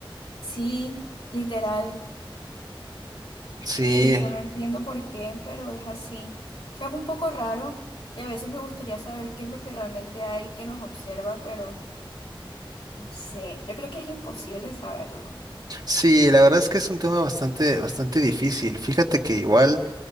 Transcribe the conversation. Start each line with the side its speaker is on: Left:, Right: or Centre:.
Left: sí, literal.
Right: Sí,
Left: Sí, yo no entiendo por qué, pero es así. O sea, es un poco raro y a veces me gustaría saber qué es lo que realmente hay que nos observa, pero no sé, yo creo que es imposible saberlo.
Right: sí, la verdad es que es un tema bastante, bastante difícil. Fíjate que igual.